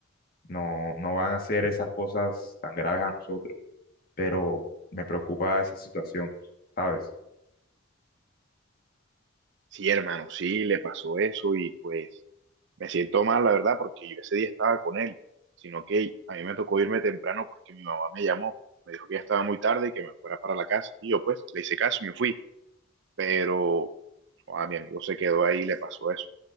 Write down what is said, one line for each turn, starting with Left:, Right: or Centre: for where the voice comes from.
Left: no, no van a hacer esas cosas tan graves a nosotros, pero me preocupa esa situación, ¿sabes?
Right: Sí, hermano, sí, le pasó eso y pues me siento mal, la verdad, porque yo ese día estaba con él, sino que a mí me tocó irme temprano porque mi mamá me llamó, me dijo que ya estaba muy tarde y que me fuera para la casa. Y yo pues le hice caso y me fui, pero no, a mi amigo se quedó ahí y le pasó eso.